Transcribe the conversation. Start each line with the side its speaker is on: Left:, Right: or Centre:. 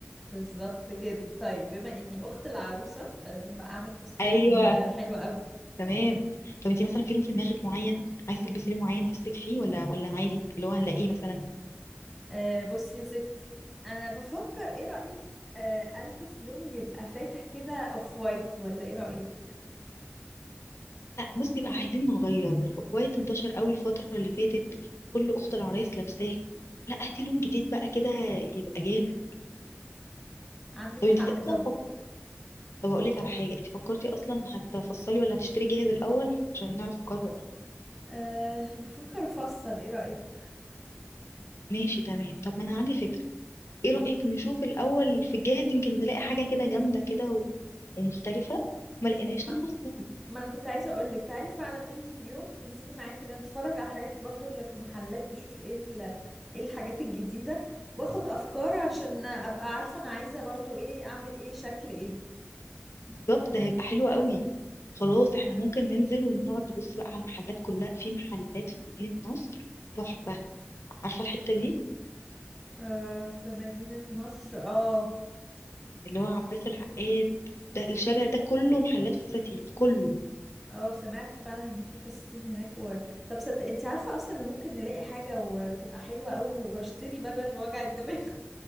Centre: بالظبط كده طيب بما اني اخت العروسة فلازم بقى اعمل فستان
Left: ايوه
Centre: آه، حلو قوي
Left: تمام طب انتي مثلا في لون في دماغك معين عايز تلبسي لون معين نفسك فيه ولا ولا عادي اللي هو هنلاقيه مثلا
Centre: أه بصي يا ستي انا بفكر ايه رأيك أه البس لون يبقى فاتح كده اوف وايت ولا ايه رأيك
Left: لا بصي بقى عايزين نغير الاوف وايت انتشر قوي الفتره اللي فاتت كل اخت العرايس لابساه لا هاتي لون جديد بقى كده يبقى جامد
Centre: عندك
Left: طب
Centre: حق
Left: انتي اصلا
Centre: طب
Left: طب هقول لك على حاجه انتي فكرتي اصلا هتفصلي ولا هتشتري جاهز الاول عشان نعرف نقرر
Centre: أه بفكر افصل ايه رأيك
Left: ماشي تمام طب ما انا عندي فكرة ايه
Centre: مم.
Left: رأيك نشوف الاول في الجاهز يمكن نلاقي حاجة كده جامدة كده و... ومختلفة ما لقيناش
Centre: ما
Left: نفصل
Centre: ما انا كنت عايزه اقول لك تعالي فعلا ننزل يوم تنزلي معايا كده نتفرج على الحاجات برضو اللي في المحلات نشوف ايه ال... ايه الحاجات الجديده واخد افكار عشان ابقى عارفه انا عايزه برضو ايه اعمل ايه شكل ايه
Left: بالظبط ده هيبقى حلو قوي خلاص احنا ممكن ننزل ونقعد نبص بقى على المحلات كلها في محلات في مدينة نصر تحفة عارفة الحتة دي
Centre: آه في مدينه نصر اه
Left: اللي هو عباس العقاد ده الشارع ده كله محلات فساتين كله
Centre: اه سمعت فعلا ان في فساتين هناك و... طب صدق انت عارفه اصلا ان ممكن نلاقي حاجه وتبقى حلوه قوي واشتري بدل وجع الدماغ